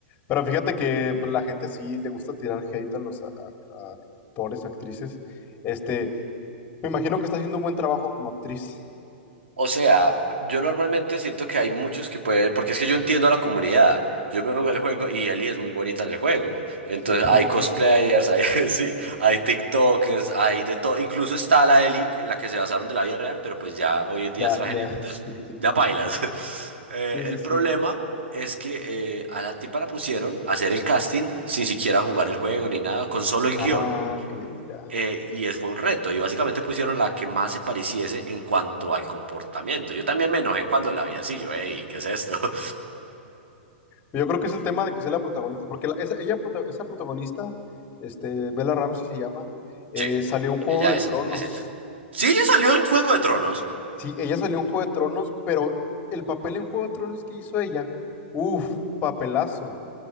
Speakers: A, on the left; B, on the right.
A: Pero fíjate que pues, la gente sí le gusta tirar hate a los a- a- a actores, actrices. Este, me imagino que está haciendo un buen trabajo como actriz.
B: O sea, yo normalmente siento que hay muchos que pueden, porque es que yo entiendo a la comunidad. Yo me jugué el juego y Ellie es muy bonita en el juego. Entonces
A: Sí, <laughs>
B: hay cosplayers, hay, <laughs> sí, hay TikTokers, hay de todo. Incluso está la Ellie en la que se basaron de la vida real, pero pues ya hoy en día
A: ya,
B: es transgénero,
A: ya,
B: entonces
A: sí, sí,
B: ya pailas. <laughs> Eh,
A: sí, sí.
B: el
A: sí.
B: problema es que eh, a la tipa la pusieron a hacer el casting sin siquiera jugar el juego ni nada, con solo el
A: Ah,
B: guión.
A: ok, ya.
B: Eh, y es, fue un reto, y básicamente pusieron la que más se pareciese en cuanto al comportamiento. Yo también me enojé cuando la vi así, yo, hey, ¿qué es esto? <laughs>
A: Yo creo que es el tema de que sea la protagonista, porque la- esa, ella, prota- esa protagonista, este, Bella Ramsey se llama, eh,
B: Sí,
A: salió en Juego
B: ella
A: de
B: es,
A: Tronos.
B: es ella. Sí, ella salió en Fuego de Tronos.
A: Sí, ella salió en Juego de Tronos, pero el papel en Juego de Tronos que hizo ella, uff, papelazo.